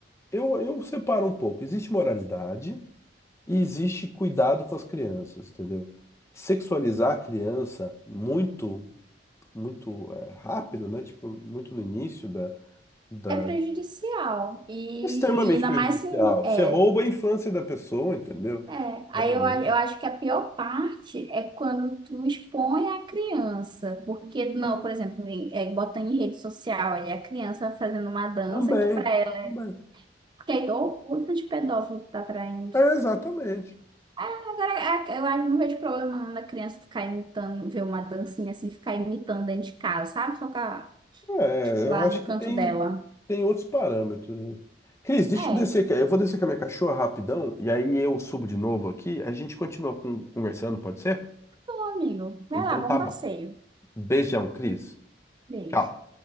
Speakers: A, on the left; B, on the right.
A: eu, eu separo um pouco. Existe moralidade e existe cuidado com as crianças, entendeu? Sexualizar a criança muito, muito é, rápido, né? Tipo, muito no início da, da...
B: É prejudicial. E,
A: Extremamente
B: e ainda
A: prejudicial.
B: mais se,
A: Você
B: é,
A: rouba a infância da pessoa, entendeu?
B: É, aí
A: Da menina.
B: eu, a- eu acho que a pior parte é quando tu expõe a criança, porque não,
A: É,
B: por exemplo, em- é, bota em rede social ali a criança fazendo uma dança
A: Também.
B: que pra ela,
A: Também.
B: que é igual o culto de pedófilo que tá traindo.
A: É, exatamente.
B: Ah, Agora, a- eu acho que não vejo problema não da criança ficar imitando, ver uma dancinha assim, ficar imitando dentro de casa, sabe? Só que a-
A: É,
B: lá
A: eu acho
B: no
A: que
B: canto
A: tem,
B: dela.
A: tem outros parâmetros, hein? Cris, deixa
B: É,
A: eu descer. ca- Eu vou descer com a minha cachorra rapidão e aí eu subo de novo aqui. A gente continua con- conversando, pode ser?
B: bom, amigo. Vai
A: Então
B: lá, bom
A: tá bom.
B: passeio.
A: Beijão, Cris.
B: Beijo.
A: Tchau.